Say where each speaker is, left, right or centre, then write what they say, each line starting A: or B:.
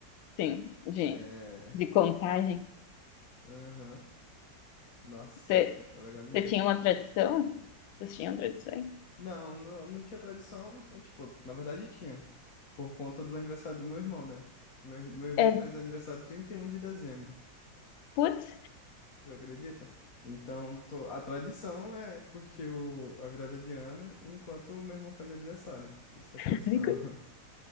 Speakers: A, on the left; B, on the left.
A: sim, de,
B: É.
A: de contagem.
B: Aham. Nossa,
A: Você,
B: foi- é legal demais.
A: você tinha uma tradição? Vocês tinham tradições?
B: Não, não, não tinha tradição. Eu, tipo, na verdade tinha. Por conta do aniversário do meu irmão, né? Meu, meu irmão
A: É,
B: faz aniversário 31 de dezembro.
A: putz,
B: Você acredita? Então, tô- a tradição é curtir o- a virada de ano enquanto o meu irmão faz aniversário. Isso é a
A: <laughs>
B: tradição. <laughs>